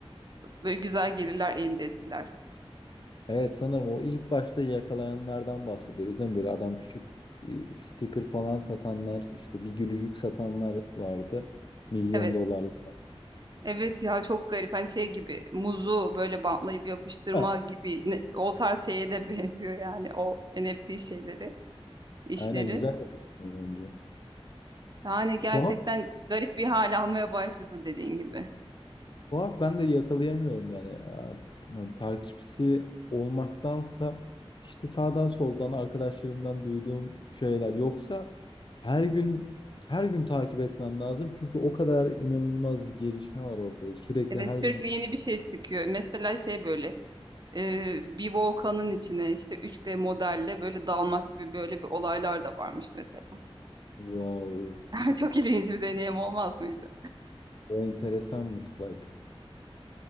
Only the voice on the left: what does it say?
Evet sanırım o ilk başta yakalayanlardan bahsediyoruz değil mi? Böyle adam küçük bir sticker falan satanlar, işte bir gülücük satanlar vardı. Milyon
dolarlık.
Ha,
Aynen güzel bakıyorsun önce.
Tuhaf
Tuhaf ben de yakalayamıyorum yani artık. Hani takipçisi olmaktansa işte sağdan soldan arkadaşlarımdan duyduğum şeyler yoksa her gün her gün takip etmem lazım. Çünkü o kadar inanılmaz bir gelişme var ortada. Sürekli
her gün
bir şey.
Wow,
o enteresanmış bak.